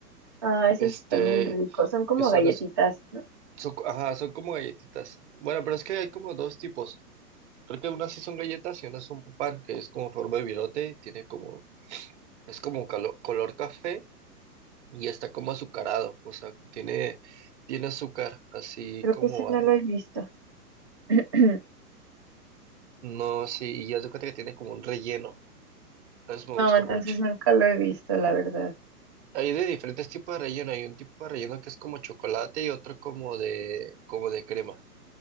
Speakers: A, on the right (about 20°); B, on the right (about 45°).
A: Ah, eso
B: este,
A: es también rico. Son como
B: que son
A: galletitas,
B: las,
A: ¿no?
B: son, co- ajá, son como galletitas. Bueno, pero es que hay como dos tipos. Creo que unas sí son galletas y unas son pan, que es como forma de virote, tiene como, es como calo- color café y está como azucarado, o sea, tiene, tiene azúcar, así
A: Creo
B: como
A: que ese no lo he visto. <clears throat>
B: No, sí, y ya se cuenta que tiene como un relleno. Eso me
A: No,
B: gustó
A: entonces
B: mucho.
A: nunca lo he visto, la verdad.
B: Hay de diferentes tipos de relleno. Hay un tipo de relleno que es como chocolate y otro como de, como de crema.